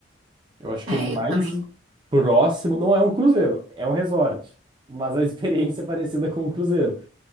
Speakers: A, on the right; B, on the right.
A: Eu acho
B: É,
A: que o mais
B: eu também
A: próximo não é um cruzeiro, é um resort, mas a experiência é parecida com um cruzeiro.